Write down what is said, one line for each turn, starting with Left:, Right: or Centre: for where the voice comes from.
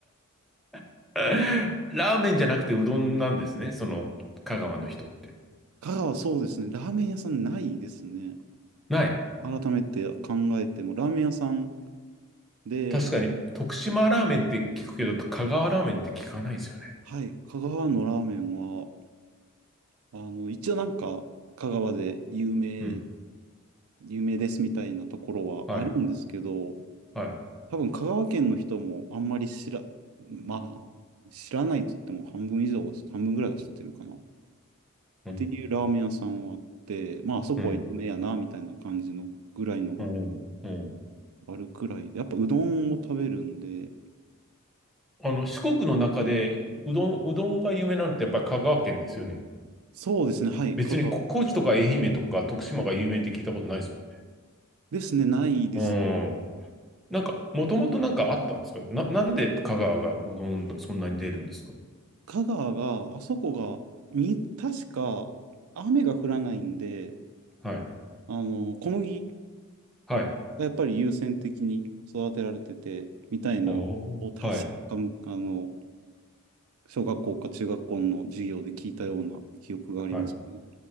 Centre: <laughs> ラーメンじゃなくてうどんなんですね、その香川の人って。
Right: 香川そうですね。ラーメン屋さんないですね。
Centre: ない。
Right: 改めて考えても、ラーメン屋さんで、
Centre: 確かに、徳島ラーメンって聞くけど、香川ラーメンって聞かないですよね。
Right: はい、香川のラーメンは、あの、一応なんか、香川で有名、
Centre: うん。
Right: 有名ですみたいなところはあるんですけど、
Centre: はい。はい。
Right: 多分香川県の人もあんまり知ら、まあ、知らないと言っても半分以上は、半分ぐらいは知ってるかな。っ
Centre: うん。
Right: ていうラーメン屋さんはあって、まあ、あそこは有名やな、
Centre: うん。
Right: みたいな感じのぐらいのが
Centre: うん。うん
Right: あるくらいで、やっぱうどんを食べるんで、
Centre: あの、四国の中で、うどん、うどんが有名なのってやっぱり香川県ですよね。
Right: そうですね、はい、
Centre: 別にこ高知とか愛媛とか徳島が有名って聞いたことないですもん
Right: 香川ですね、ないです。
Centre: ね。うんなんか、もともとなんかあったんですかな、なんで香川がうどんそんなに出るんですか
Right: 香川が、あそこが、み、確か雨が降らないんで、
Centre: はい。
Right: あの、小麦
Centre: はい。
Right: がやっぱり優先的に育てられてて、みたいな、
Centre: あ
Right: を確か、
Centre: あ、はい。
Right: あの、小学校か中学校の授業で聞いたような記憶がありますね。
Centre: はい。